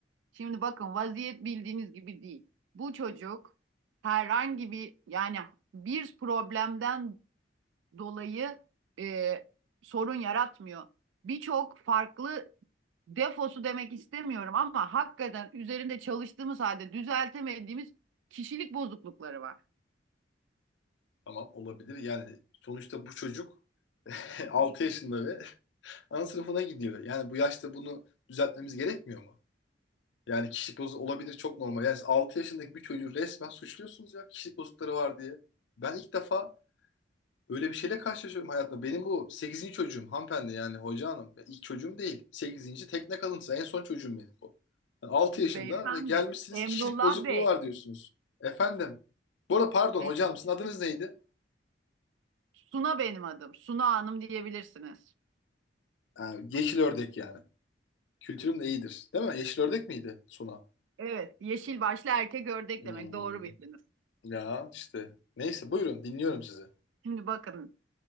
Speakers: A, on the right; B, on the left.
A: Şimdi bakın vaziyet bildiğiniz gibi değil. Bu çocuk herhangi bir yani bir problemden dolayı e, sorun yaratmıyor. Birçok farklı defosu demek istemiyorum ama hakikaten üzerinde çalıştığımız halde düzeltemediğimiz kişilik bozuklukları var.
B: Tamam olabilir. Yani sonuçta bu çocuk <laughs> 6 yaşında ve <laughs> ana sınıfına gidiyor. Yani bu yaşta bunu düzeltmemiz gerekmiyor mu? Yani kişilik bozukluğu olabilir çok normal. Yani 6 yaşındaki bir çocuğu resmen suçluyorsunuz ya kişilik bozuklukları var diye. Ben ilk defa öyle bir şeyle karşılaşıyorum hayatımda. Benim bu sekizinci çocuğum hanımefendi yani hoca hanım. Ya İlk çocuğum değil. 8. tekne kalıntısı en son çocuğum benim bu. Yani 6
A: Beyefendi,
B: yaşında ve gelmişsiniz
A: Emrullah
B: kişilik bozukluğu
A: Bey,
B: var diyorsunuz. Efendim. Bu arada pardon
A: e,
B: hocam sizin adınız neydi?
A: Suna benim adım, Suna Hanım diyebilirsiniz.
B: Ha, yeşil ördek yani. Kültürüm de iyidir. Değil mi? Yeşil ördek miydi Suna?
A: Evet, yeşil başlı erkek ördek
B: Hmm,
A: demek, doğru bildiniz.
B: ya işte. Neyse buyurun dinliyorum sizi.
A: Şimdi bakın